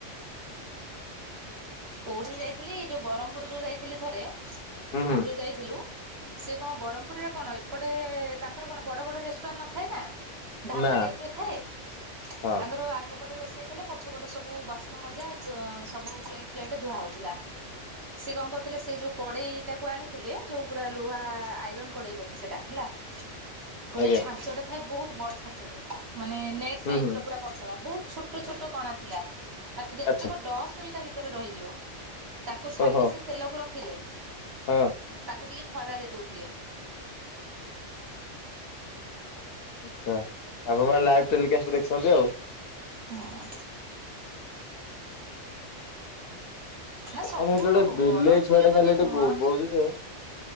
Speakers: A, on the right; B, on the left.
A: କୋଉଠିକି ଯାଇଥିଲି ଯୋଉ ବ୍ରହ୍ମପୁର ଯୋଉ ଯାଇଥିଲି ଥରେ
B: ହୁଁ ହୁଁ।
A: ଆମେ ଯୋଉ ଯାଇଥିଲୁ ସେ କଣ ବ୍ରହ୍ମପୁରରେ କଣ ଏପଟେ ତାଙ୍କର କଣ ବଡ ବଡ ରେଷ୍ଟୁରାଣ୍ଟ ନଥାଏ ନା ଢାବା
B: ନା
A: ଟାଇପ ର ଥାଏ ତାଙ୍କର
B: ହଁ
A: ଆଗପଟେ ରୋଷେଇ କଲେ ପଛ ପଟେ ସବୁ ବ ମଜା ସବୁ ପ୍ଲେଟ ଫ୍ଲେଟ୍ ଧୁଆ ହଉଥିଲା। ସେ କଣ କରଥିଲେ ସେ ଯୋଉ କଡେଇ ଟାକୁ ଆଣିଥିଲେ ଯୋଉ ପୁରା ଲୁହା ଆଇରନ କଡେଇ ବୋଧେ ସେଟା ହେଲା ଗୋଟେ
B: ଆଜ୍ଞା
A: ଛାଞ୍ଚଟା ଥାଏ ବହୁତ ବଡ ଛାଞ୍ଚଟେ ମାନେ ନେଟ
B: ହୁଁ
A: ଟାଇପ
B: ହୁଁ
A: ର ପୁରା ବହୁତ ଛୋଟ ଛୋଟ କଣା ଥିଲା ମାନେ ଯେତେକ
B: ଆଚ୍ଛା
A: ଡଷ୍ଟ ବି ତା ଭିତରେ ରହିଯିବ। ତାକୁ ଛାଣିକି
B: ଓହୋ
A: ସେ ତେଲକୁ ରଖିଲେ
B: ହଁ
A: ତାକୁ ଟିକେ ଖରାରେ ଦଉଥିଲେ।
B: ଆଛା ଆପଣମାନେ ଲାଇଭ ଟେଲିକାଷ୍ଟ ରେ ଦେଖିଛନ୍ତି ଆଉ।
A: ହଁ। ନା
B: କଣ
A: ସବୁ
B: ହେଇଚି ଯୋଟେ ବିଲେଇ
A: ବ୍ରହ୍ମପୁର
B: ଛୁଆ ଟା
A: ବୋଲି
B: ଖାଲି ଏଠି
A: ନୁହଁ
B: ବୋବଉଚି ଯେ